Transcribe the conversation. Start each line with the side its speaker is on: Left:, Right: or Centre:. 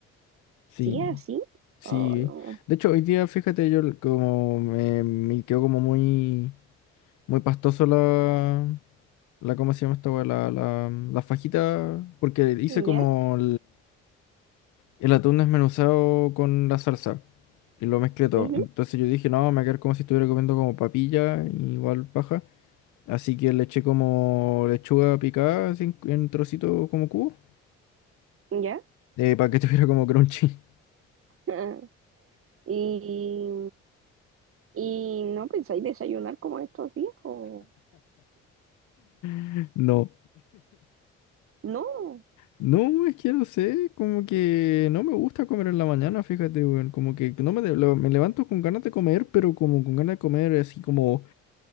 Left: Sí,
Right: ¿Sí? ¿Así?
Left: sí.
Right: Oh,
Left: De hecho, hoy día, fíjate, yo l- como me, me quedó como muy, muy pastoso la, la, ¿cómo se llama esta weá? La, la, la fajita, porque hice
Right: no.
Left: como
Right: ¿Ya?
Left: el atún desmenuzado con la salsa y lo mezclé todo.
Right: Ujú,
Left: Entonces yo dije, no, me va a quedar como si estuviera comiendo como papilla, igual paja. Así que le eché como lechuga picada así en, en trocitos como cubo,
Right: ¿Ya? <laughs>
Left: eh, para que <laughs> estuviera como crunchy.
Right: Ah, ¿Y, y no pensáis desayunar como estos días? o-
Left: <laughs> No.
Right: No.
Left: No, es que no sé, como que no me gusta comer en la mañana, fíjate, weón, como que no me, de- lo- me levanto con ganas de comer, pero como con ganas de comer así como,